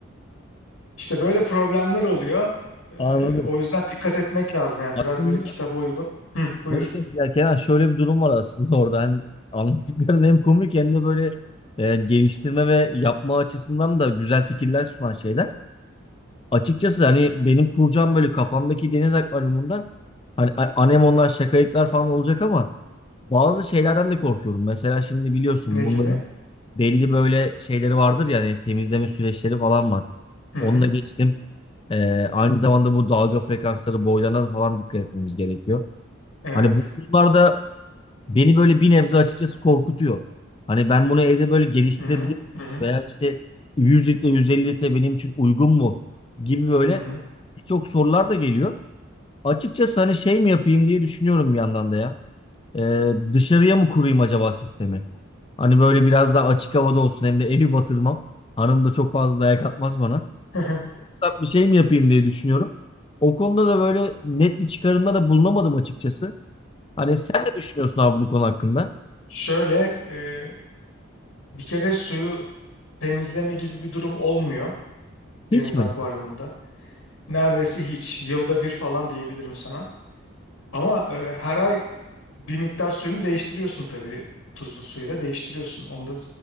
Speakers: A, on the left; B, on the left.
A: İşte böyle problemler oluyor. Eee,
B: anladım.
A: o yüzden dikkat etmek lazım yani
B: Aslında
A: biraz böyle kitaba uygun. Hı, buyur.
B: evet, evet, ya Kenan şöyle bir durum var aslında orada. Hani anlattıkların hem komik hem de böyle e, geliştirme ve yapma açısından da güzel fikirler sunan şeyler. Açıkçası hani benim kuracağım böyle kafamdaki deniz akvaryumunda hani a- anemonlar, şakayıklar falan olacak ama bazı şeylerden de korkuyorum. Mesela şimdi biliyorsun
A: Ne
B: bunların
A: gibi?
B: belli böyle şeyleri vardır ya hani temizleme süreçleri falan var.
A: Hı
B: Onu
A: hı.
B: da geçtim. Ee, aynı zamanda bu dalga frekansları boylarına da falan dikkat etmemiz gerekiyor.
A: Evet.
B: Hani bu bunlar da beni böyle bir nebze açıkçası korkutuyor. Hani ben bunu evde böyle geliştirebilir
A: Hı hı. Hı hı.
B: veya işte 100 litre 150 litre benim için uygun mu gibi böyle
A: Hı hı,
B: birçok sorular da geliyor. Açıkçası hani şey mi yapayım diye düşünüyorum bir yandan da ya. Ee, dışarıya mı kurayım acaba sistemi? Hani böyle biraz daha açık havada olsun hem de evi batırmam. Hanım da çok fazla dayak atmaz bana.
A: <laughs> hı hı,
B: Ufak bir şey mi yapayım diye düşünüyorum. O konuda da böyle net bir çıkarımda da bulunamadım açıkçası. Hani sen ne düşünüyorsun abi bu konu hakkında?
A: Şöyle e, bir kere suyu temizleme gibi bir durum olmuyor
B: Hiç
A: deniz
B: mi?
A: akvaryumunda. Neredeyse hiç. Yılda bir falan diyebilirim sana. Ama e, her ay bir miktar suyunu değiştiriyorsun tabii. Tuzlu suyla değiştiriyorsun. Onu da...